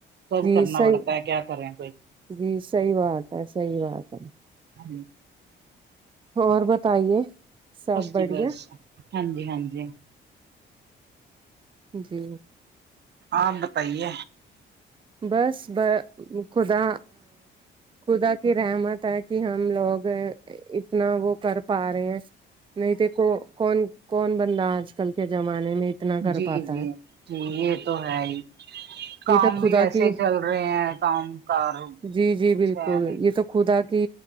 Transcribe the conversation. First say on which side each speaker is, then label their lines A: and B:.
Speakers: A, on the right (about 60°); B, on the right (about 25°).
A: سب
B: جی
A: کرنا
B: صحیح
A: پڑتا ہے کیا کرے کوئی
B: جی صحیح بات ہے صحیح بات ہے
A: ھم
B: اور بتائیے سب بڑھیا
A: جی بس ہاں جی ہاں جی
B: جی
A: آپ بتایی
B: بس خدا خدا کی رحمت ہے کہ ہم لوگ اتنا وہ کر پا رہے ہیں نہیں دیکھو کون کون بندا آج کل کے زمانے میں اتنا کرپاتا
A: جی جی
B: ہے
A: جی یہ تو ہے ہی کام
B: تب
A: بھی
B: خدا
A: ایسے
B: کی
A: چل رہے ہیں کام کار
B: جی جی
A: کچھ
B: بالکل
A: ہے نہیں
B: یہ
A: کچھ
B: تو خدا کی